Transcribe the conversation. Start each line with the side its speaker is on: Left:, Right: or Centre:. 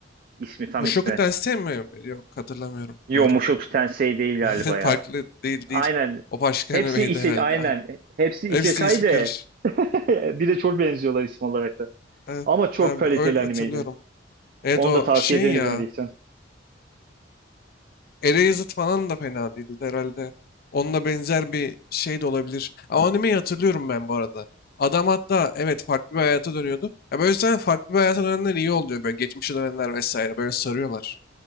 Right: İsmi tam
Left: Mushoku
Right: ismi.
Left: Tensei mi? Yok hatırlamıyorum.
Right: Yo
Left: Doğru.
Right: Mushoku Tensei değil galiba
Left: <laughs>
Right: ya.
Left: Farklı değil
Right: Aynen.
Left: değil. O başka
Right: Hepsi
Left: animeydi
Right: ise
Left: herhalde
Right: aynen.
Left: abi.
Right: Hepsi
Left: Hepsinin
Right: isekai
Left: ismi
Right: de
Left: karış.
Right: <laughs> bir de çok benziyorlar isim olarak da.
Left: Evet,
Right: Ama çok
Left: abi
Right: kaliteli
Left: öyle hatırlıyorum.
Right: animeydi.
Left: Evet
Right: Onu
Left: o
Right: da tavsiye
Left: şey
Right: ederim
Left: ya.
Right: izlemediysen.
Left: Erased falan da fena değildi herhalde. Onunla benzer bir şey de olabilir. Ama animeyi hatırlıyorum ben bu arada. Adam hatta evet farklı bir hayata dönüyordu. Ya böyle zaten farklı bir hayata dönenler iyi oluyor. Böyle geçmişe dönenler vesaire böyle sarıyorlar.